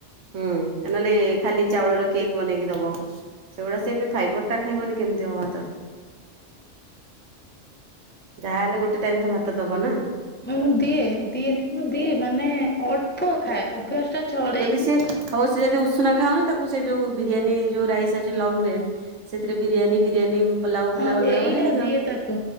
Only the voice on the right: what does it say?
ହୁଁ। ନହେଲେ ଖାଲି ଚାଉଳର କେକ୍ ବନେଇକି ଦବ ସେଗୁଡା ସେ ଏବେ ଫାଇବର <unintelligible> ଖାଇବନି କେମିତି ହବ ଭାତ? ଯାହା ହେଲେ ଗୋଟେ ଟାଇମ୍ ତ ଭାତ ଦବ ନା?
ଯଦି ସେ ହଉଚି ଯଦି ଉସ ଉସୁନା ଖାାଉନି ତାକୁ ସେ ଯୋଉ ବିରିୟାନୀ ଯୋଉ ରାଇସି ଅଛି ଲଙ୍ଗ ରେନ୍ ସେଥିରେ ବିରିୟାନୀ ଫିରିୟାନୀ ପଲାଉ ଫୁଲାଉ
ଏଗୁଡା
ବନେଇକି ଦିଅ